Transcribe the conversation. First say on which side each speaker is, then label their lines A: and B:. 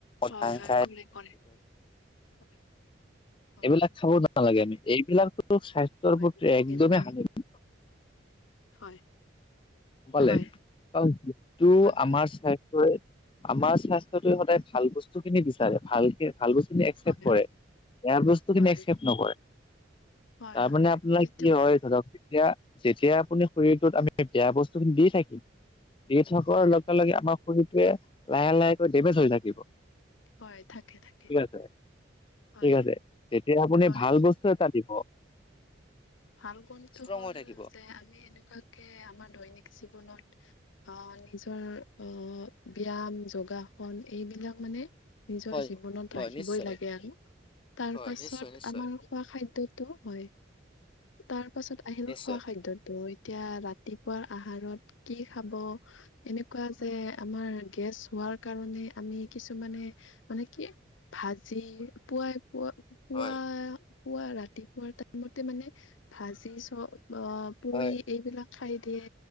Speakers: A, on the left (about 85°); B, on the left (about 25°).
A: হয়
B: ভাং
A: হয়
B: খাই
A: কৰে কৰে হয় হয়
B: এইবিলাক খাব নালাগে আমি এইবিলাকতো স্বাস্থ্যৰ
A: হয়
B: প্ৰতি
A: মোৰ
B: একদমেই
A: ফ্ৰেণ্ড হয়
B: হানিকাৰক।
A: হয়
B: পালে
A: হয়
B: কাৰ যিটো
A: হয়
B: আমাৰ
A: হয়
B: স্ব আমাৰ স্বাস্থ্য সদায় ভাল বস্তু খিনি বিচাৰে ভালকে ভাল বস্তু কি একচেপ্
A: হয়
B: কৰে বেয়া বস্তু
A: হয়
B: কিন্তু একচেপ্ নকৰে।
A: হয়
B: তাৰমানানে
A: হয়
B: আপোনাৰ
A: সেইটো
B: কি হয় ধৰক যেতিয়া যেতিয়া আপুনি শৰীৰটোত আমি বেয়া বস্তু খিনি দি থাকিম দি থাক
A: হয়
B: লগে লগে আমাৰ শৰীৰটোৱে লাহে লাহেকৈ দেমেচ হৈ থাকিব।
A: হয় থাকে থাকে
B: ঠিক আছে
A: হয়
B: ঠিক আছে তেতিয়া আপুনি
A: হয়
B: ভাল বস্তু এটা দিব
A: ভাল গুণটো
B: ষ্ট্ৰং
A: হ'ল
B: হৈ থাকিব
A: যে আমি এনেকোৱাকে আমাৰ দৈনিক জীৱনত অহ নিজৰ অহ ব্যয়াম যোগাসন এইবিলাক মানে নিজৰ
B: হয়
A: জীৱনত
B: হয়
A: ৰাখিবই
B: নিশ্চয়
A: লাগে, আৰু তাৰ
B: হয়
A: পাছত
B: নিশ্চয় নিশ্চয়
A: আমাৰ খোৱা খাদ্যটো হয় তাৰ পাছত আহিল
B: নিশ্চয়
A: খোৱা খাদ্যতো এতিয়া ৰাতিপুৱাৰ আহাৰত কি খাব এনেকোৱা যে আমাৰ গেছ হোৱা ৰ কাৰণে আমি কিছুমানে মানে কি ভাজি পুৱাই পুৱা, পুৱা,
B: হয়
A: পুৱা ৰাতিপুৱাৰ টাইমতে মানে ভাজি ছবজী বা পুৰি
B: হয়
A: এইবিলাক খাই দিয়ে